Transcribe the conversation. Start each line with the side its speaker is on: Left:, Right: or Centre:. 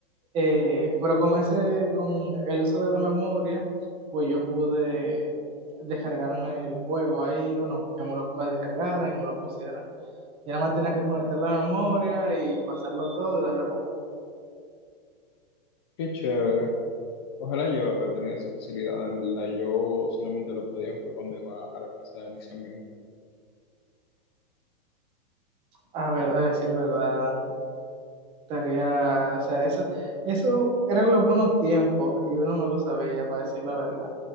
Right: eh, pero con ese, con el uso de la memoria, pues yo pude descargarme el juego ahí, bueno, que me lo descargaran y me lo pusieran. Y nada más tenía que conectar la memoria y pasarlo todo y darle a jugar.
Left: Qué chévere. Ojalá yo haber tenido esa facilidad, en verdad. Yo solamente lo podía jugar cuando iba a la casa de mis amigos.
Right: A ver, a decir verdad, tarea, o sea, eso, eso eran los buenos tiempos y uno no lo sabía, para decir la verdad.